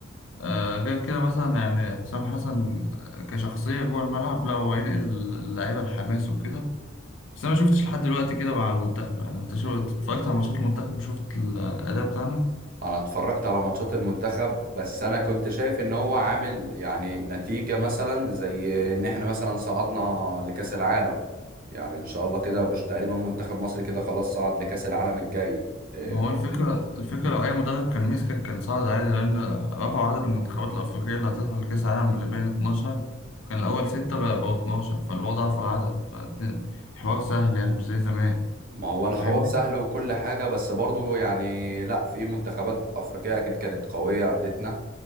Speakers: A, on the left; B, on the right.
A: آه، غير كده مثلا يعني حسام حسن آه، كشخصيه جوه الملعب لا هو هينقل اللعيبه الحماس وكده بس انا ما شفتش لحد دلوقتي كده مع المنتخب يعني انت شفت اتفرجت على ماتشات المنتخب وشفت الاداء بتاعنا
B: انا اتفرجت على ماتشات المنتخب بس انا كنت شايف ان هو عامل يعني نتيجة مثلا زي ان احنا مثلا صعدنا لكأس العالم يعني ان شاء الله كده مش تقريبا منتخب مصر كده خلاص صعد لكأس العالم الجاي إيه،
A: ما هو الفكره الفكره لو اي مدرب كان مسكك كان صعد عادي لان رفعوا عدد المنتخبات الافريقيه اللي هتصل لكاس العالم اللي بين 12 وكان الاول 6 بقى بقوا 12 فالوضع ضعف العدد فالحوار سهل يعني مش زي زمان
B: ما هو الحوار
A: فاهمني
B: سهل وكل حاجة بس برضو يعني لا في منتخبات أفريقية أكيد كانت قوية قبلتنا